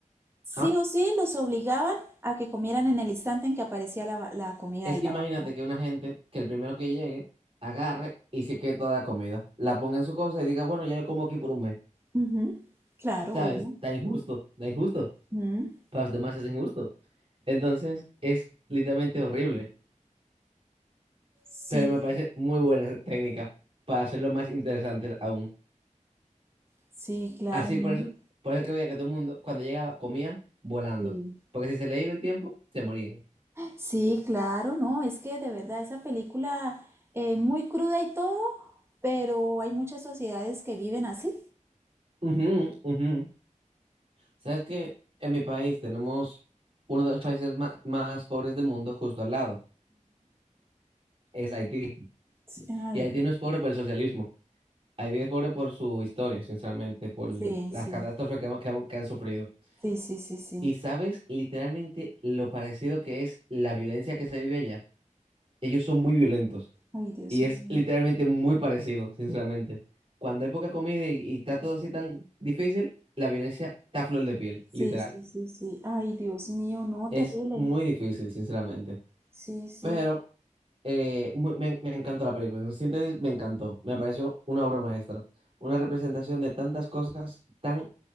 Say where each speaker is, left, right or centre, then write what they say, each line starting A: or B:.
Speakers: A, on the right; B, on the right.
A: sí
B: ah,
A: o sí los obligaban a que comieran en el instante en que aparecía la, la comida
B: Es
A: y
B: que
A: la
B: imagínate
A: bandeja.
B: que una gente, que el primero que llegue, agarre y se quede toda la comida, la ponga en su cosa y diga, bueno, ya yo como aquí por un mes,
A: Ujú, Claro,
B: ¿sabes?
A: obvio.
B: Está injusto, está injusto.
A: Mm,
B: para los demás es injusto. Entonces es literalmente horrible,
A: Sí,
B: pero me parece muy buena esa técnica para hacerlo más interesante aún.
A: sí, claro,
B: Así
A: no.
B: por eso, por eso que veía que todo el mundo cuando llegaba comía volando,
A: Sí.
B: porque si se le iba el tiempo, se moría.
A: Sí, claro, no, es que de verdad esa película eh, muy cruda y todo, pero hay muchas sociedades que viven así.
B: Ujú, ujú. ¿Sabes que En mi país tenemos uno de los países ma- más pobres del mundo justo al lado, es Haití.
A: Sí, Ay,
B: Y Haití
A: Dios.
B: no es pobre por el socialismo, Haití es pobre por su historia, sinceramente, por
A: Sí,
B: las
A: sí,
B: catástrofes que, hemos- que hemos- que han sufrido.
A: sí, sí, sí, sí.
B: Y sabes literalmente lo parecido que es la violencia que se vive allá. Ellos son muy violentos
A: Ay, Dios
B: y
A: mío.
B: es literalmente muy parecido, sinceramente. Cuando hay poca comida y, y está todo así tan difícil, la violencia está a flor de piel,
A: Sí,
B: literal.
A: sí, sí, sí. Ay, Dios mío, no,
B: Es
A: terrible.
B: muy difícil, sinceramente.
A: Sí, sí.
B: Pero eh, mu- me, me encantó la película. En síntesis, me encantó. Me pareció una obra maestra. Una representación de tantas cosas tan